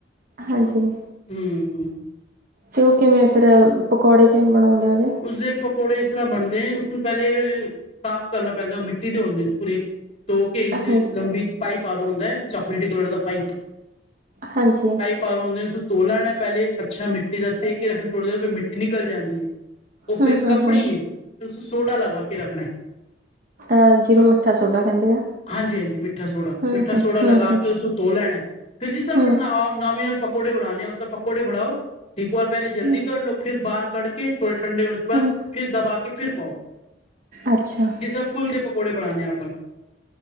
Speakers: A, on the right (about 50°); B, on the left (about 35°).
A: ਹਾਂਜੀ।
B: ਹਮ- ਹਮ।
A: ਤੇ ਉਹ ਕਿਵੇਂ ਫੇਰ, ਪਕੌੜੇ ਕਿਵੇਂ ਬਣਾਉਂਦੇ ਉਦੇ।
B: ਉਸਦੇ ਪਕੌੜੇ ਇਸ ਤਰ੍ਹਾਂ ਬਣਦੇ। ਉਸਨੂੰ ਪਹਿਲੇ ਸਾਫ਼ ਕਰਨਾ ਪੈਂਦਾ, ਉਹ ਮਿੱਟੀ ਦੇ ਹੁੰਦੇ ਨੇ ਪੂਰੇ। ਧੋ ਕੇ ਇੰਝ
A: ਹਾਂਜੀ
B: ਲੰਬੀ ਪਾਈਪ ਆਰ ਹੁੰਦਾ ਹੈ, ਚੋਕਲੇਟੀ ਕਲਰ ਦਾ ਪਾਈਪ।
A: ਹਾਂਜੀ।
B: ਪਰ ਉਂਦੇਨ ਤੋਲਾਣਾ ਪਹਿਲੇ, ਅੱਛਾ ਮਿੱਟੀ ਦਾ ਸੇਕ ਕੇ ਰੱਖ ਛੋੜਦੇ ਵੀ ਮਿੱਟੀ ਨਿਕਲ ਜਾਂਦੀ ਹੈ। ਉਹ
A: ਹੂੰ
B: ਫਿਰ
A: ਹੂੰ
B: ਕੱਪਣੀ
A: ਹੂੰ
B: ਹੈ, ਫੇਰ ਉਸੇ ਸੋਡਾ ਲਗਾ ਕੇ ਰੱਖਣਾ ਹੈ।
A: ਅਹ ਜਿਹਨੂੰ ਮਿੱਠਾ ਸੋਡਾ ਕਹਿੰਦੇ ਆ।
B: ਹਾਂਜੀ ਹਾਂਜੀ ਮਿੱਠਾ ਸੋਡਾ,
A: ਹੂੰ
B: ਮਿੱਠਾ
A: ਹੂੰ
B: ਸੋਡਾ ਲਗਾ
A: ਹੂੰ ਹੂੰ
B: ਕੇ ਉਸਨੂੰ ਧੋ ਲੈਣਾ ਹੈ। ਫਿਰ ਜਿਸਦਾ ਹਾਂ,
A: ਹੂੰ
B: ਆਪਾਂ ਨਾਮਮੀਨਲ ਪਕੌੜੇ ਬਣਾਉਣੇ, ਉਸ ਤਰਾ ਪਕੌੜੇ ਬਣਾਓ। ਇੱਕ ਵਾਰ ਪਹਿਲੇ ਜਲਦੀ
A: ਹੂੰ
B: ਕਰ ਲੋ, ਫਿਰ ਬਾਹਰ ਕਡਕੇ ਥੋੜੇ ਠੰਡੇ ਹੋਣੇ ਬਾਦ
A: ਹੂੰ
B: ਫਿਰ ਦਬਾ ਕੇ ਫਿਰ ਪਾਓ।
A: ਅੱਛਾ।
B: ਜਿਸ ਤਰਾ ਫੁੱਲ ਦੇ ਪਕੌੜੇ ਬਣਾਨਣੇ ਆ ਆਪਾਂ।